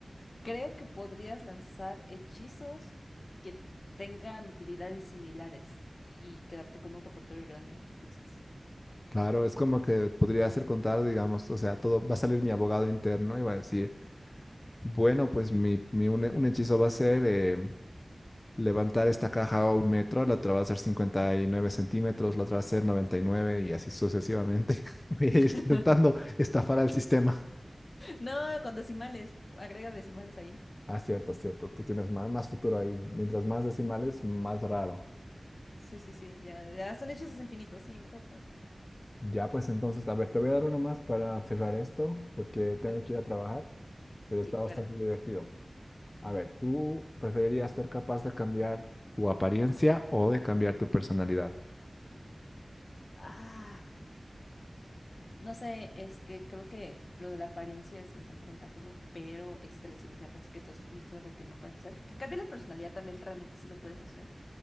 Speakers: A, on the left; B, on the left.
A: Creo que podrías lanzar hechizos que tengan utilidades similares y quedarte con un repertorio grande, entonces.
B: Claro, es como que podría hacer contar, digamos, o sea, todo va a salir mi abogado interno y va a decir, Bueno, pues mi, mi un, un hechizo va a ser eh, levantar esta caja a un metro, la otra va a ser 59 centímetros, la otra va a ser 99 y nueve y así sucesivamente. <laughs> Voy a
A: <laughs>
B: ir intentando estafar al sistema.
A: No, con decimales, agrega decimales ahí.
B: Ah, cierto, cierto. Tú tienes más, más futuro ahí. Mientras más decimales, más raro.
A: Sí, sí, sí, ya, ya son hechizos infinitos, sí, me acuerdo con eso.
B: Ya, pues entonces, a ver, te voy a dar una más para cerrar esto, porque tengo
A: Ok,
B: que ir a trabajar, pero
A: sí,
B: está bastante
A: claro.
B: divertido. A ver, ¿tú preferirías ser capaz de cambiar tu apariencia o de cambiar tu personalidad?
A: Ah, no sé, es que creo que lo de la apariencia es bastante ventajoso, pero existe la cirugía plástica, entonces no es algo que no puedes hacer. Que cambie la personalidad también realmente sí lo puedes hacer.